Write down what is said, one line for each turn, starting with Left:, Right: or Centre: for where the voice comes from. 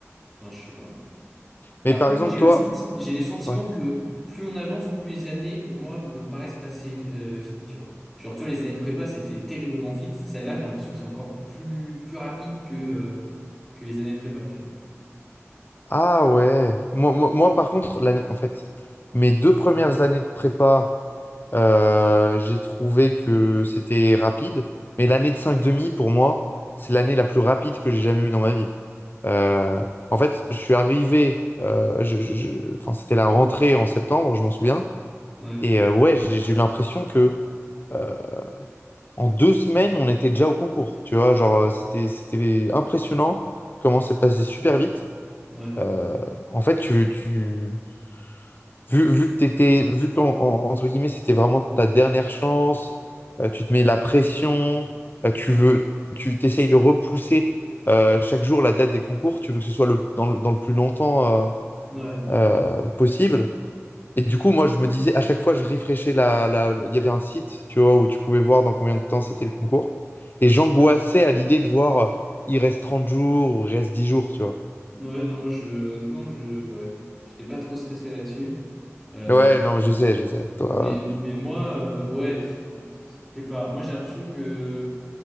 Centre: enfin, je sais pas.
Left: Mais
Centre: Après,
Left: par
Centre: oui,
Left: exemple,
Centre: j'ai le,
Left: toi,
Centre: senti- j'ai le sentiment
Left: ouais.
Centre: que plus on avance, plus les années, pour moi, me paraissent passer euh, vite, tu vois. Genre, tu vois, les années de prépa, c'était terriblement vite. Celle-là, j'ai l'impression que c'est encore plus, plus rapide que, euh, que les années de prépa, tu vois.
Left: Ah ouais. Moi, moi, moi, par contre, l'année, en fait, mes deux premières années de prépa, euh, j'ai trouvé que c'était rapide. Mais l'année de cinq demi pour moi, c'est l'année la plus rapide que j'ai jamais eue dans ma vie. Euh, en fait, je suis arrivé, euh, je, je- je- enfin, c'était la rentrée en septembre, je m'en souviens.
Centre: Ouais,
Left: Et euh, ouais, j'ai j'ai eu l'impression que euh, en deux semaines, on était déjà au concours. Tu vois, genre, euh, c'était, c'était impressionnant comment c'est passé super vite.
Centre: ouais,
Left: Euh, en fait, tu, tu, vu, vu que t'étais, vu qu'en, en- entre guillemets, c'était vraiment ta dernière chance, euh, tu te mets la pression, euh, tu veux, tu t'essayes de repousser euh, chaque jour la date des concours, tu veux que ce soit le, dans, le dans le plus longtemps. euh,
Centre: ouais,
Left: euh, possible. Et du coup, moi, je me disais, à chaque fois, je rafraîchissais la, la- Il y avait un site, tu vois, où tu pouvais voir dans combien de temps c'était le concours. Et j'angoissais à l'idée de voir, euh, il reste 30 jours ou il reste dix jours, tu vois.
Centre: ouais, non, moi, je, honnêtement, je, ouais, j'étais pas trop stressé là-dessus. Euh,
Left: Ouais, non, mais je sais, je sais. Toi,
Centre: Mais, mais moi, euh, ouais, je sais pas, moi, j'ai l'impression que.